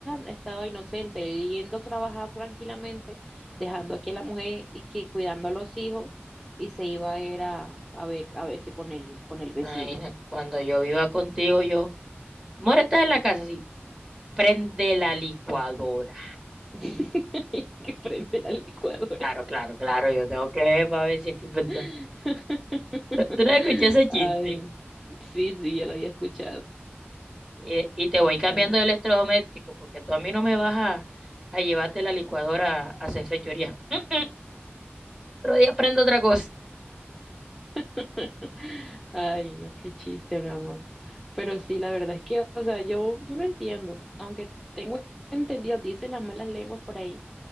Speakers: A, in the centre; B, on the right.
A: estaba inocente, yendo a trabajar tranquilamente, dejando aquí a la mujer y que cuidando a los hijos, y se iba a ir a, a, ver, a verse con el, con el vecino.
B: imagina, cuando yo viva contigo, yo, amor, estás en la casa, sí, prende la licuadora.
A: <laughs> Que prende la licuadora.
B: Claro, claro, claro, yo tengo que ver para ver si es que es verdad.
A: <laughs>
B: <laughs> Tú no escuché ese chiste
A: Ay, sí, sí, yo lo había escuchado.
B: Eh, y, te voy cambiando
A: Ah.
B: de electrodoméstico porque tú a mí no me vas a, a llevarte la licuadora a hacer fechorías. Mm, mm, Otro día prendo otra cosa.
A: <laughs> Ay, no, qué chiste, mi amor. Pero sí, la verdad es que, o sea, yo, yo no entiendo, aunque tengo entendido, dicen las malas lenguas por ahí,